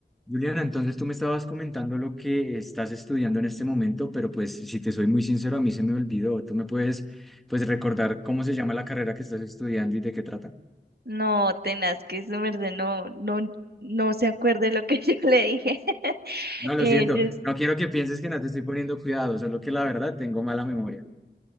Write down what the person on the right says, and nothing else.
No, tenaz, que su no, no, no se acuerde lo que <laughs> yo le dije.
Eh,
yo es-